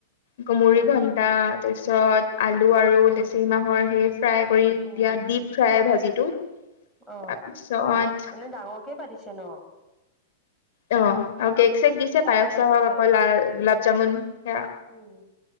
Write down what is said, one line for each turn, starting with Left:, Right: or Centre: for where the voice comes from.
Left: কুমৰি
Centre: অ
Left: ঘন্টা তাৰপিছত আলু আৰু
Centre: অ
Left: লেচৰি মাহৰ সেই ফ্ৰাই কৰি দিয়া
Centre: উম
Left: ডিপ ফ্ৰাই ভাজিটো
Centre: অ
Left: তাৰপিছত
Centre: মানে ডাঙৰকে পাতিছে ন
Left: অ আৰু কেক চেক দিছে
Centre: কাৰ
Left: পায়স
Centre: হয়
Left: চাহস
Centre: পিছে
Left: আকৌ লা গোলাপ জামুন সেয়া
Centre: উম